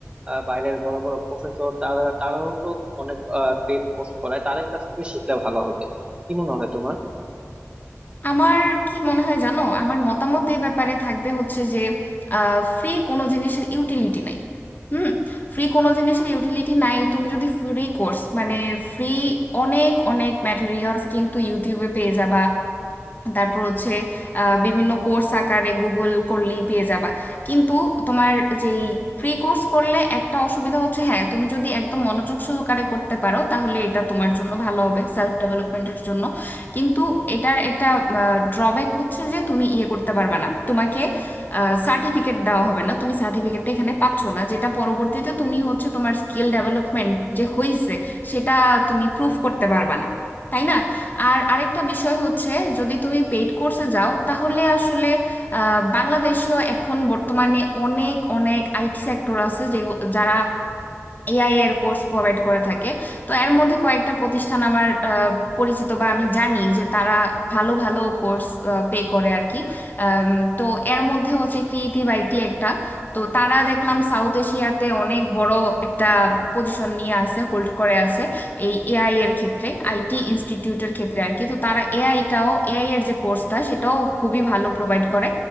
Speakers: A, on the right (about 20°); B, on the left (about 35°).
A: আহ, বাইরের বড় বড় প্রফেসর তারা তারাও তো অনেক পেড কোর্স করায় তাদের কাছ থেকে শিখলে ভালো হবে কি মনে হয় তোমার
B: আমার কি মনে হয় জানো আমার মতামত এই ব্যাপারে থাকবে হচ্ছে যে ফ্রি কোনো জিনিসের ইউটিলিটি নাই হুম ফ্রি কোনো জিনিসের ইউটিলিটি নাই তুমি যদি ফ্রি কোর্স মানে ফ্রি অনেক অনেক ম্যাটেরিয়ালস কিন্তু ইউটিউবে পেয়ে যাবা তারপর হচ্ছে আহ, বিভিন্ন কোর্স আকারে গুগল করলেই পেয়ে যাবা কিন্তু তোমার যেই ফ্রি কোর্স করলে একটা অসুবিধা হচ্ছে হ্যাঁ তুমি যদি একদম মনোযোগ সহকারে করতে পারো তাহলে এটা তোমার জন্য ভালো হবে সেলফ ডেভেলপমেন্টের জন্য কিন্তু এটার একটা ড্রব্যাক হচ্ছে যে তুমি ইয়ে করতে পারবে না তোমাকে সার্টিফিকেট দেওয়া হবে না তুমি সার্টিফিকেটটা এখানে পাচ্ছ না যেটা পরবর্তীতে তুমি হচ্ছে তোমার স্কিল ডেভেলপমেন্ট যে হয়েছে সেটা তুমি প্রুফ করতে পারবে না তাই না আর আরেকটা বিষয় হচ্ছে যদি তুমি পেইড কোর্সে যাও তাহলে আসলে আহ, বাংলাদেশেও এখন বর্তমানে অনেক অনেক আইটি সেক্টর আছে যে যারা এআই এর কোর্স প্রোভাইড করে থাকে তো এর মধ্যে কয়েকটা প্রতিষ্ঠান আমার আহ, পরিচিত বা আমি জানি যে তারা ভালো ভালো কোর্স পে করে আর কি আম, তো এর মধ্যে হচ্ছে ক্রিয়েটিভ আইটি একটা তো তারা দেখলাম সাউথ এশিয়াতে অনেক বড় একটা পজিশন নিয়ে আছে হোল্ড করে আছে এই এআই এর ক্ষেত্রে আইটি ইনস্টিটিউটের ক্ষেত্রে আর কি তো তারা এআইটাও এআই এর যে কোর্সটা সেটাও খুবই ভালো প্রোভাইড করে